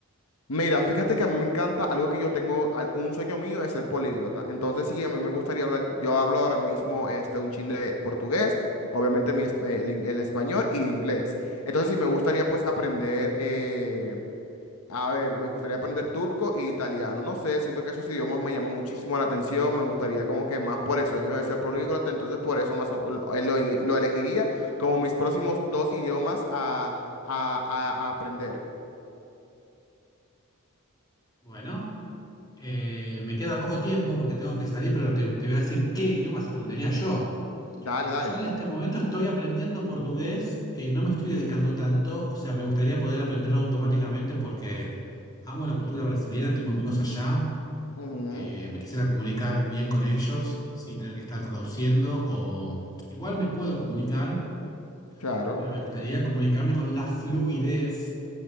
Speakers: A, on the left; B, on the left.
A: Mira, fíjate que a mí me encanta algo que yo tengo, al- un sueño mío es ser políglota. Entonces, sí, a mí me gustaría hablar, yo hablo ahora mismo este, un chin de portugués, obviamente mi, es- el, in- el español y inglés. Entonces, sí, me gustaría pues aprender eh, A ver, me gustaría aprender turco e italiano. No sé, siento que esos idiomas me llaman muchísimo la atención. Me gustaría como que más por el sueño de ser políglota. Entonces por eso más o- lo, eh, lo eli- lo elegiría como mis próximos dos idiomas a, a- a- a aprender.
B: Bueno, eh, me queda poco tiempo porque tengo que salir, pero te, te voy a decir qué idiomas aprendería yo.
A: Dale, dale.
B: Yo en este momento estoy aprendiendo portugués, eh, no me estoy dedicando tanto, o sea, me gustaría poder aprenderlo automáticamente porque amo la cultura brasileña, tengo amigos allá,
A: Ujú,
B: eh, me quisiera comunicar bien con ellos sin tener que estar traduciendo o igual me puedo comunicar,
A: claro.
B: pero me gustaría comunicarme con la fluidez